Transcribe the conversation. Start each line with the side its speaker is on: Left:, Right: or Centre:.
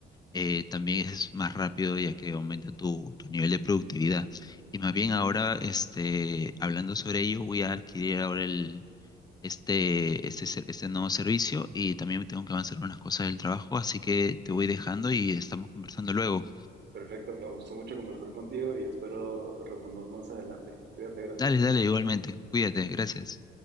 Left: eh, también es más rápido ya que aumenta tu, tu nivel de productividad. Y más bien ahora, este, hablando sobre ello, voy a adquirir ahora el, este, este, ser- este nuevo servicio y también tengo que avanzar unas cosas del trabajo, así que te voy dejando y estamos conversando luego.
Right: Perfecto, me gustó mucho conversar contigo y espero retomemos más adelante. Cuídate, Graciela.
Left: Dale, dale, igualmente. Cuídate, gracias.